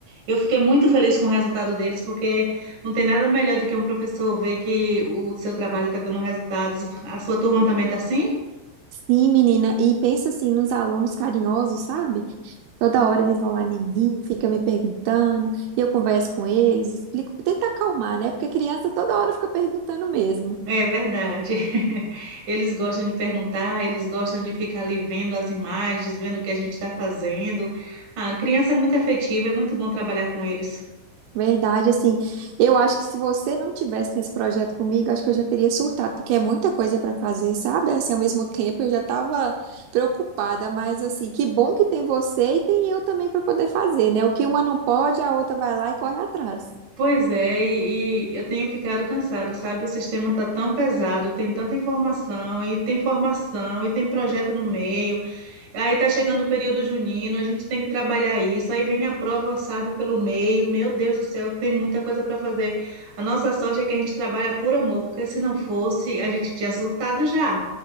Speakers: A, on the right (about 55°); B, on the right (about 80°).
A: Eu fiquei muito feliz com o resultado deles, porque não tem nada melhor do que um professor ver que o seu trabalho está dando resultados. A sua turma também está assim?
B: Sim, menina, e pensa assim nos alunos carinhosos, sabe? Toda hora eles vão lá em mim, fica me perguntando, e eu converso com eles, explico, tento acalmar, né? Porque a criança toda hora fica perguntando mesmo.
A: É verdade. <laughs> Eles gostam de perguntar, eles gostam de ficar ali vendo as imagens, vendo o que a gente está fazendo. A criança é muito afetiva, é muito bom trabalhar com eles.
B: Verdade, assim, eu acho que se você não tivesse nesse projeto comigo, acho que eu já teria surtado, porque é muita coisa para fazer, sabe? Assim, ao mesmo tempo eu já estava preocupada, mas assim, que bom que tem você e tem eu também para poder fazer, né? O que uma não pode, a outra vai lá e corre atrás.
A: Pois é, e, e eu tenho ficado cansada, sabe? O sistema está tão pesado, tem tanta informação, e tem formação, e tem projeto no meio. Aí tá chegando o período junino, a gente tem que trabalhar isso. Aí vem a prova, sabe, pelo meio. Meu Deus do céu, tem muita coisa para fazer. A nossa sorte é que a gente trabalha por amor, porque se não fosse, a gente tinha surtado já.